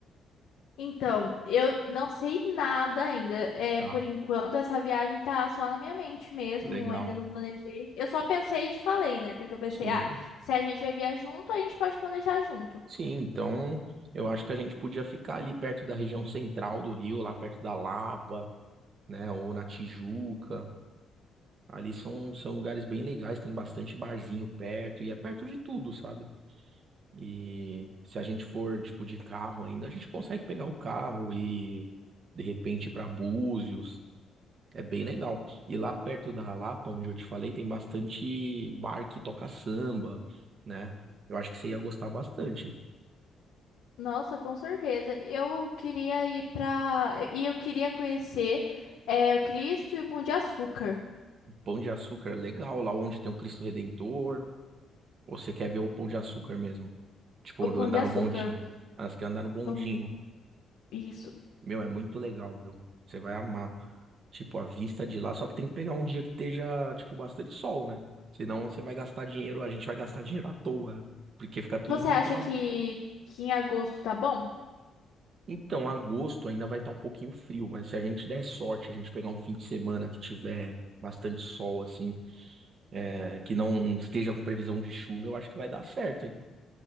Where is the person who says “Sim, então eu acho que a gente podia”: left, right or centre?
Right